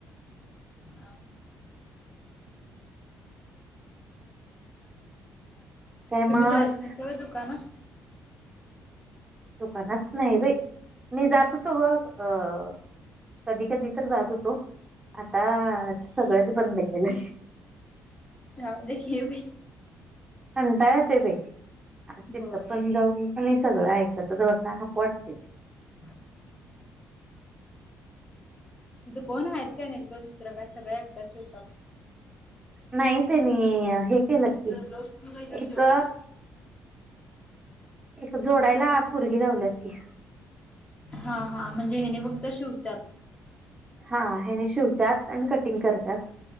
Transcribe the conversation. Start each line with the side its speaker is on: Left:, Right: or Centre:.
Left: आ
Right: काय
Left: तुम्ही
Right: मग
Left: जायत नाहीसा व्हय दुकानात?
Right: दुकानात नाही बाई... मी जात होतो बग... अ कधी कधी तर जात होतो... आता सगळंच बंद केलंय
Left: राहू दे... हे बाई
Right: कंटाळ ते भे तिथं
Left: होय
Right: पण जाऊन आणि सगळं ऐकतच बसा नको वाटत ते
Left: <unintelligible> तिथकोण आहेत काय नाहील का दुसरं काय सगळ एकट्या शिवतात
Right: नाही तेनी हे केल्यात
Left: ब्लाऊज तू जायचं
Right: इथ
Left: शिवायला
Right: एक जोडायला पोरगी लावल्यात की
Left: हा हा म्हणजे एनी फक्त शिवत्यात
Right: हा हने शिवतात आणि कटिंग करतत